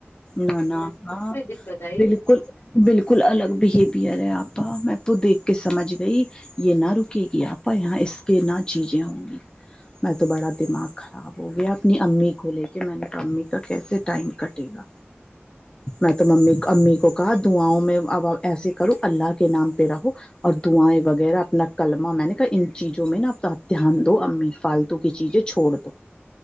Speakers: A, on the left (about 20°); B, on the left (about 60°).
A: نہ نہ ہاں
B: دقت آئے
A: بالکل
B: گی
A: بالکل کل الگ بہیویئر ہے آپا میں تو دیکھ کے سمجھ گئی یہ نہ رکے گی آپا یہاں اس کے نہ چیزیں ہوں گی میں تو بڑا دماغ خراب ہو گیا اپنی امی کو لے کے میں نے امی کا کیسے ٹائم کٹے گا میں تو ممی امی کو کہا دعاؤں میں اب ایسے کرو اللہ کے نام پہ رہو اور دعیں وغیرہ اپنا کمہ میں نے کہا ان چیزوں میں ناپ دھیان دو امی فالتو کی چیزیں چھوڑ دو